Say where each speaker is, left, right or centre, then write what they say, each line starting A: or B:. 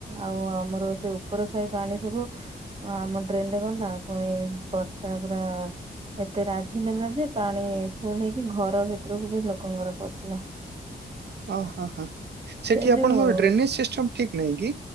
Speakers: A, on the right; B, on the right.
A: ଆଉ ଆମର ସେ ଉପର ସାହି ପାଣି ସବୁ ଆମ ଡ୍ରେନ ରେ <unintelligible> କ ପୁଣି ବର୍ଷା ପୁରା ଏତେ ରାଜି ନେଲା ଯେ ପାଣି ପୁଣି ଯାଇଁ ଘର ଭିତରକୁ ଲୋକଙ୍କର ପସିଲା।
B: ଓ ହ ହ ସେଠି
A: ସେ
B: ଆପଣଙ୍କର
A: ଯୋଉ
B: ଡ୍ରେନେଜ ସିଷ୍ଟମ ଠିକ ନାହିଁ କି?